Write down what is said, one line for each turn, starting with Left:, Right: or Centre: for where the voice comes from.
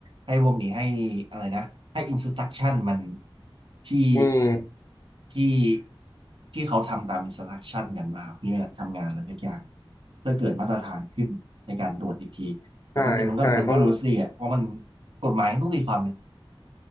Right: ให้พวกนี้ให้อะไรนะให้ instruction มันที่
Left: อืม
Right: ที่ที่เขาทำตาม instruction กันมาเพื่อทำงานอะไรสักอย่างเพื่อเกิดมาตรฐานขึ้นในการตรวจอีกทีแต่ความจริงมันก็มันก็รู้สิอ่ะเพราะมัน
Left: ใช่ใช่ต้อง
Right: กฎหมายมันต้องตีความเลย